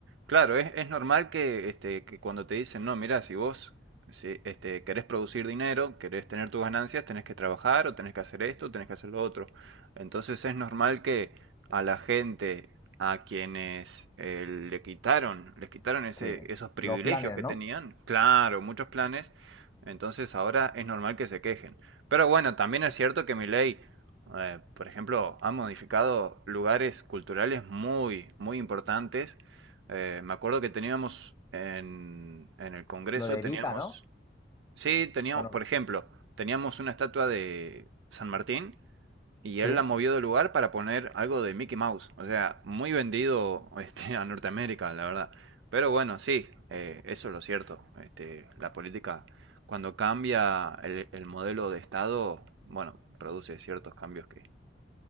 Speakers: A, on the right (about 85°); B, on the left (about 20°).
A: Claro, es, es normal que, este, que cuando te dicen, no, mira, si vos si, este, querés producir dinero, querés tener tus ganancias, tenés que trabajar o tenés que hacer esto, tenés que hacer lo otro. Entonces es normal que a la gente a quienes eh, le quitaron, les quitaron ese,
B: Sí.
A: esos privilegios
B: Los planes,
A: que
B: ¿no?
A: tenían, claro, muchos planes, entonces ahora es normal que se quejen. Pero bueno, también es cierto que mi ley eh, por ejemplo, ha modificado lugares culturales muy, muy importantes eh, me acuerdo que teníamos en, en el Congreso,
B: Lo de
A: teníamos,
B: Evita, ¿no?
A: sí, teníamos,
B: ¿O no?
A: por ejemplo, teníamos una estatua de San Martín y él
B: Sí.
A: la movió de lugar para poner algo de Mickey Mouse. O sea, muy vendido <laughs> este, a Norteamérica, la verdad. Pero bueno, sí, eh, eso es lo cierto. Este, la política, cuando cambia el, el modelo de Estado, bueno, produce ciertos cambios que